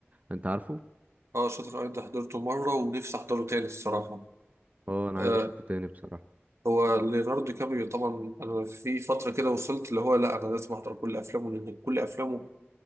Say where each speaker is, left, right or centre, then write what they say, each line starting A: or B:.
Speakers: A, on the right (about 35°); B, on the right (about 80°).
A: انت عارفه
B: اه شاطر ايضا حضرته مره ونفسي احضره تاني الصراحه
A: اه انا عايز
B: آه،
A: اشوفه تاني بصراحه
B: هو ليوناردو دي كابريو طبعا انا في فتره كده وصلت اللي هو لا انا لازم احضر كل افلامه لان كل افلامه